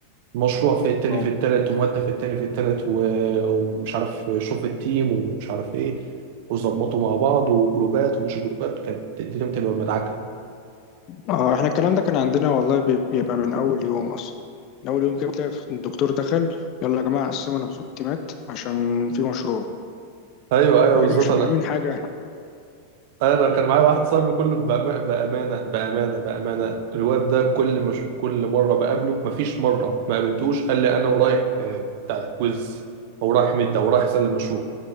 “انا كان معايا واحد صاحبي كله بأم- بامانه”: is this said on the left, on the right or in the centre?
Right